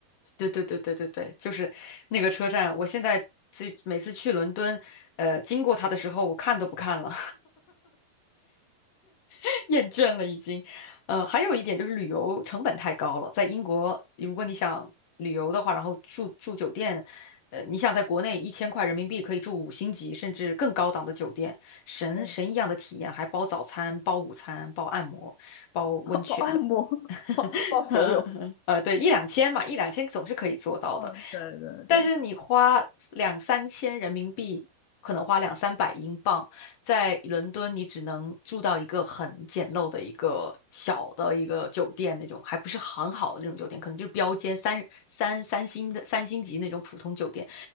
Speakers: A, on the left; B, on the left.
A: 对对对对对对，就是那个车站，我现在最每次去伦敦，呃，经过它的时候，我看都不看了。<laughs> 厌倦了已经。呃，还有一点就是旅游成本太高了，在英国，如果你想旅游的话，然后住住酒店，呃，你想在国内一千块人民币可以住五星级甚至更高档的酒店，神神一样的体验，
B: 对，
A: 还包早餐、包午餐、包按摩、包温泉。
B: 报按摩 <laughs>，报报所有。
A: <laughs> 呃，对，一两千嘛，一两千总是可以做到的。
B: 嗯，对对对，
A: 但是你花两三千人民币，可能花两三百英镑，在伦敦你只能住到一个很简陋的一个小的一个酒店那种，还不是很好的那种酒店，可能就是标间三三三星的三星级那种普通酒店，